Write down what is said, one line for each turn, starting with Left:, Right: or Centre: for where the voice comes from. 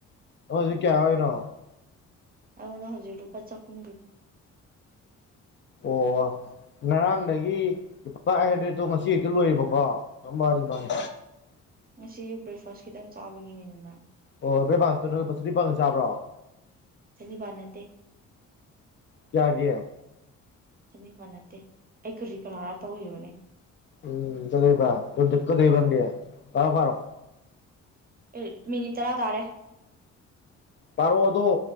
Left: ꯍꯧꯖꯤꯛ ꯀꯌꯥ ꯍꯥꯏꯌꯅꯣ
Right: ꯑꯩꯉꯣꯟꯗ ꯍꯧꯖꯤꯛ ꯔꯨꯄꯥ ꯆ ꯍꯨꯝ
Left: ꯑꯣ ꯉꯥꯔꯥꯪꯗꯒꯤ ꯂꯨꯄꯥ ꯑꯩ ꯍꯟꯗ꯭ꯔꯦꯠꯇꯣ ꯉꯁꯤ ꯍꯦꯛꯇ ꯂꯣꯏꯦꯕꯀꯣ ꯃꯥꯅꯤ ꯃꯥꯅꯤ
Right: ꯉꯁꯤ ꯕ꯭ꯔꯦꯛꯐꯥꯁ ꯈꯤꯇꯪ ꯆꯥꯕꯒꯤꯅꯤꯗꯅ
Left: ꯑꯣ ꯕꯔ꯭ꯦꯛ ꯐꯥꯁꯇꯨ ꯅꯡ ꯂꯨꯄ ꯆꯅꯤꯄꯟꯒꯤ ꯆꯥꯕ꯭ꯔꯣ
Right: ꯆꯅꯤꯄꯥꯥꯟ ꯅꯠꯇꯦ
Left: ꯀꯌꯥꯒꯤ
Right: ꯆꯅꯤꯄꯥꯥꯟ ꯅꯠꯇꯦ ꯑꯩ ꯀꯔꯤ ꯀꯔꯥꯔ ꯇꯧꯈꯤꯕꯅꯤ
Left: ꯎꯝ ꯀꯂꯩꯕ ꯀꯩꯗꯧꯔꯤꯕ ꯅꯥꯪꯗꯤ ꯇꯔꯣ ꯐꯔꯣ
Right: ꯑꯦ ꯃꯤꯅꯤꯠ ꯇꯔꯥ ꯇꯥꯔꯦ
Left: ꯄꯥꯔꯣ ꯑꯥꯗꯣ